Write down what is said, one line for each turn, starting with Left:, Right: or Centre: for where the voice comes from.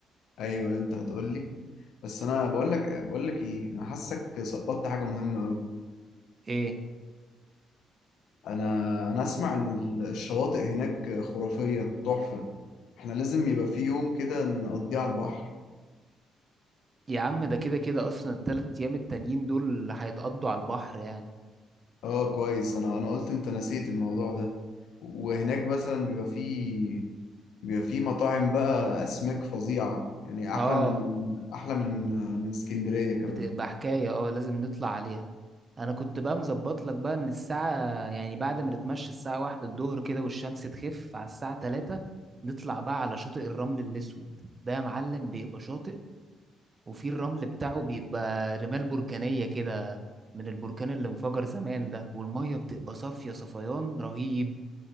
Left: ايوه انت هتقول لي بس انا بقول لك بقول لك ايه انا حاسك سقطت حاجه مهمه قوي
Right: ايه
Left: انا انا اسمع ان ال- الشواطئ هناك خرافيه تحفه احنا لازم يبقى في يوم كده نقضيه على البحر
Right: يا عم ده كده كده اصلا التلات ايام التانيين دول هيتقضوا على البحر يعني
Left: اه كويس انا انا قلت انت نسيت الموضوع ده وهناك مثلا بيبقى فيه بيبقى في مطاعم بقى أسماك فظيعة يعني
Right: اه
Left: أحلى من أحلى من من اسكندرية كمان
Right: بتبقى حكاية اه لازم نطلع عليها انا كنت بقى مظبط لك بقى ان الساعة يعني بعد ما نتمشى الساعة واحدة الظهر كده والشمس تخف على الساعة تلاتة نطلع بقى على شاطئ الرمل الاسود ده يا معلم بيبقى شاطئ وفي الرمل بتاعه بيبقى رمال بركانية كده من البركان اللي انفجر زمان ده والمية بتبقى صافية صفيان رهيب